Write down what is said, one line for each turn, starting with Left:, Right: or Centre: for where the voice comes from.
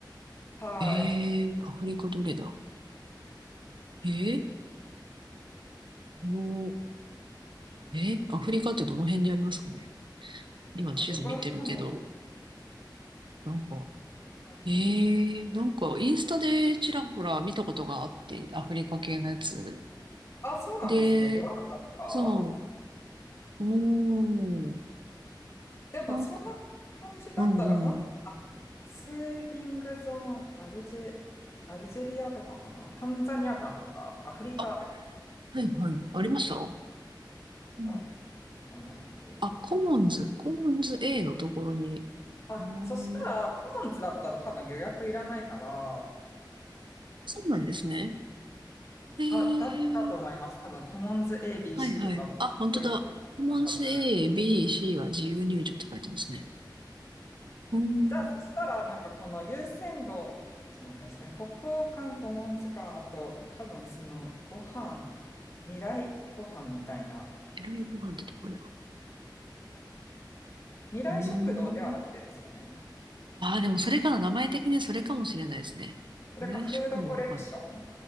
Left: はい。
Right: えー、アフリカどれだえー、この、えー、アフリカってどの辺にありますかね今地図見てるけど、
Left: あ、どこら辺なんだろう。
Right: なんか、
Left: かけ
Right: えー、なんかインスタでちらほら見たことがあって、アフリカ系のやつ。
Left: あ、そうなんですね。
Right: で、
Left: ルワンダとか
Right: そううーん。
Left: でも、
Right: なんか、
Left: そんな感じだったら、
Right: うんうん。
Left: もう、セービングゾーン、アルジェ、アルジェリアとかかな。タンザニア館とか、アフリカ。
Right: あ、はいはい。ありましたうん。
Left: あ、すみませね。パビリオン。
Right: あ、コモンズ、コモンズ A のところに。
Left: あ、
Right: へー
Left: そしたら、コモンズだったら多分予約いらないから、
Right: そうなんですね。へえ
Left: あ、だったと思います。多分、コモンズ ABC
Right: はいはい。
Left: とかは予約いらなかったはず。
Right: あ、本当だ。コモンズ A、B、C は自由入場って書いてますね。うーん。
Left: じゃあ、そしたら、なんかこの優先度、あちょっと待ってくださいね。北欧館、古文図鑑、あと、多分その、ご飯、未来ご飯みたいな、
Right: えらいご飯ってところか。
Left: 未来食堂ではなくてですよね。
Right: うーん。ああ、でもそれかな。名前的にそれかもしれないですね。
Left: それか、
Right: 未来食堂かな。
Left: フードコレクション。